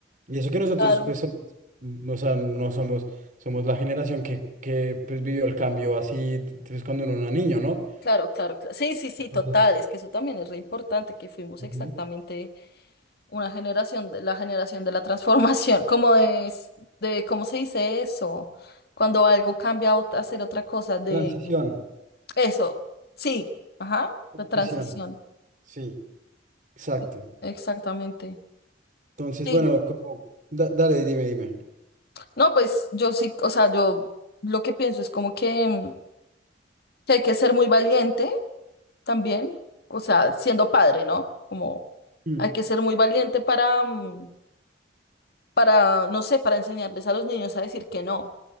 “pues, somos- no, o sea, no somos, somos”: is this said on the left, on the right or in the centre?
Right